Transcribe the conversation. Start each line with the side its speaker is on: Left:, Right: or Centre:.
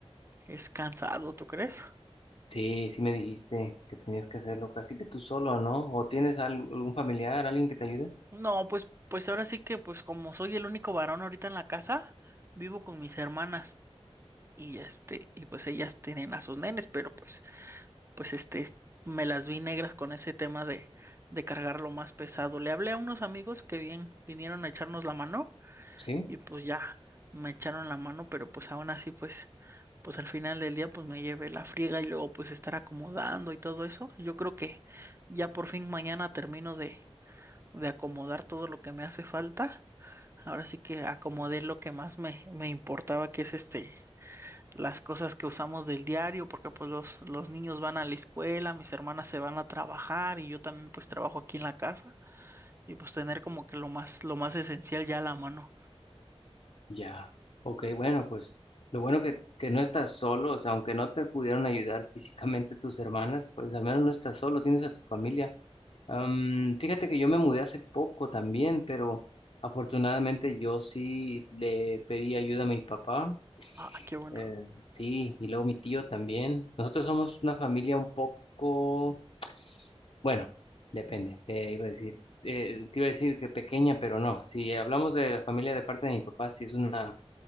Right: es cansado, ¿tú crees?
Left: Sí, sí me dijiste que tenías que hacerlo casi que tú solo, ¿no? ¿O tienes al- algún familiar, alguien que te ayude?
Right: No, pues, pues ahora sí que, pues como soy el único varón ahorita en la casa, vivo con mis hermanas y este, y pues ellas tienen a sus nenes, pero pues, pues este, me las vi negras con ese tema de, de cargar lo más pesado. Le hablé a unos amigos que bien vinieron a echarnos la mano
Left: Sí.
Right: y pues ya me echaron la mano, pero pues aún así, pues, pues al final del día, pues me llevé la friega y luego pues estar acomodando y todo eso. Yo creo que ya por fin mañana termino de de acomodar todo lo que me hace falta. Ahora sí que acomodé lo que más me, me importaba, que es este, las cosas que usamos del diario, porque pues los, los niños van a la escuela, mis hermanas se van a trabajar y yo también pues trabajo aquí en la casa y pues tener como que lo más, lo más esencial ya a la mano.
Left: Ya. Ok,
Right: Oh,
Left: bueno, pues lo bueno que, que no estás solo, o sea, aunque no te pudieron ayudar físicamente tus hermanas, pues al menos no estás solo, tienes a tu familia. Am, fíjate que yo me mudé hace poco también, pero afortunadamente yo sí le pedí ayuda a mi papá
Right: ah, qué bueno.
Left: Eh, sí, y luego mi tío también. Nosotros somos una familia un poco, bueno, depende, te iba a decir, eh, te iba a decir que pequeña, pero no. Si hablamos de la familia de parte de mi papá, sí es una